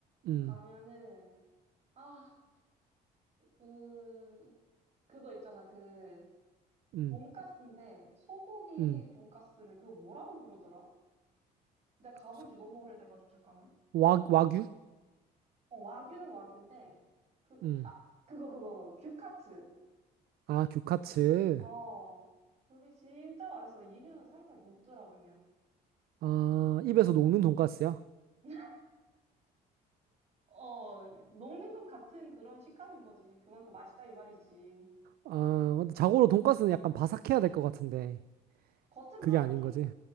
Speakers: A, on the right; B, on the right.
A: 음,
B: 가면은, 아, 그, 그거 있잖아, 그,
A: 음,
B: 돈까스인데 소고기
A: 음.
B: 돈까스를 그거 뭐라고 부르더라? 내가 가본
A: 소-
B: 지 너무 오래돼가지고 잠깐만.
A: 와, 와규?
B: 어, 와규는 와규인데 그,
A: 음.
B: 아, 그거 그거 그거. 규카츠.
A: 아, 규카츠.
B: 어, 그게 진짜 맛있어. 입에서 살살 녹더라 그냥.
A: 아, 입에서 녹는 돈가스야?
B: <laughs> 어, 녹는 것 같은 그런 식감인 거지. 그만큼 맛있다 이 말이지.
A: 아, 근데 자고로 돈가스는 약간 바삭해야 될 것 같은데.
B: 겉은
A: 그게
B: 바삭해.
A: 아닌 거지.